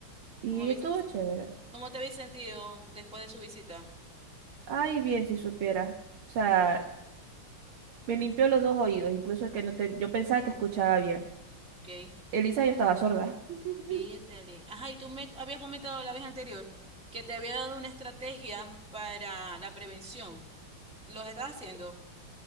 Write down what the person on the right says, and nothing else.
Y
estuvo chévere.
Ay, bien, si supieras. O sea, me limpió los dos oídos, incluso el que no te- yo pensaba que escuchaba bien.
Elisa, yo estaba sorda. <laughs>